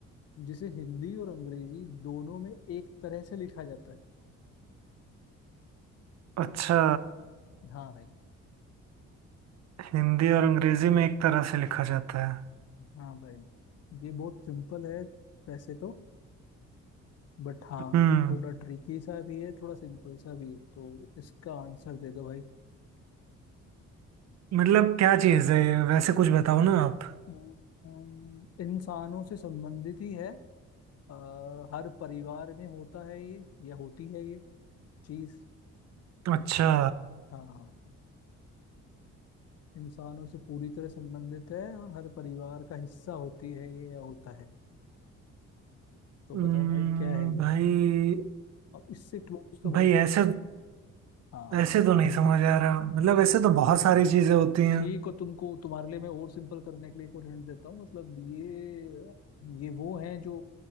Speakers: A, on the left; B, on the right.
A: जिसे हिंदी और अंग्रेजी दोनों में एक तरह से लिखा जाता है
B: अच्छा
A: हाँ भाई
B: हिंदी और अंग्रेजी में एक तरह से लिखा जाता है
A: हाँ भाई ये बहुत सिंपल है वैसे तो बट हाँ
B: हम्म
A: थोड़ा ट्रिकी सा भी है थोड़ा सिंपल सा भी है तो इसका आंसर दे दो भाई
B: मतलब क्या चीज है ये वैसे कुछ बताओ ना आप
A: अम्म, इंसानों से संबंधित ही है अ, हर परिवार में होता है ये या होती है ये चीज
B: अच्छा
A: हाँ इंसानों से पूरी तरह संबंधित है और हर परिवार का हिस्सा होती है ये या होता है तो
B: हम्म,
A: बताओ भाई क्या है ये
B: भाई
A: और इससे क्लोज तो भाई
B: भाई
A: क्या
B: ऐसे
A: हाँ
B: ऐसे तो नहीं समझ आ रहा मतलब
A: चलो
B: ऐसे तो बहुत सारी चीजें होती हैं
A: ठीक हो तुमको तुम्हारे लिए मैं और सिंपल करने के लिए एक और हिंट देता हूँ मतलब ये ये वो है जो